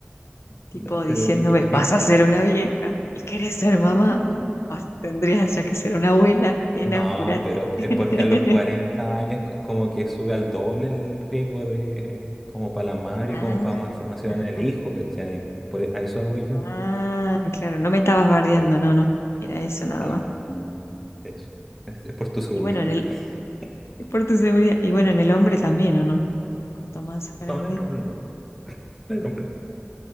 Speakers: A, on the left (about 85°); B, in the centre.
A: tipo
B: No,
A: diciéndome,
B: pero vi que... vi-
A: vas a ser una vieja y querés ser mamá,
B: <laughs>
A: vas- tendrías ya que ser una abuela, nena,
B: No,
A: apurate.
B: pero
A: <laughs>
B: es porque a los 40 años co- como que sube al doble el riesgo de como para la madre
A: Ah,
B: y como para malformación
A: ajá.
B: en el hijo, ¿cachai? Por, e- a eso voy yo.
A: Ah, claro, no me estabas bardeando,
B: Eh,
A: no, no, era eso nada
B: no,
A: más.
B: no, no, no, eso. Es, es por tu seguridad.
A: Y bueno, en el,
B: <laughs>
A: <laughs> por tu seguridad, y bueno, en el hombre también, ¿o no? Cuanto más grande.
B: No, en el hombre no. En el hombre no.